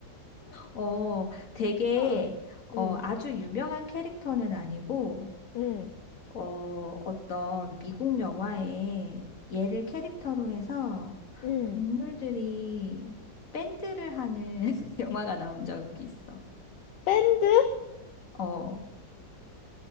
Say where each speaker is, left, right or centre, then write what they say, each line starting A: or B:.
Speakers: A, on the left; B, on the left.
A: 어, 되게,
B: 어, 음,
A: 어, 아주 유명한 캐릭터는 아니고,
B: 음,
A: 어, 어떤 미국 영화에 얘를 캐릭터로 해서
B: 음.
A: 동물들이 밴드를 하는 <laughs> 영화가 나온 적이 있어.
B: 밴드?
A: 어,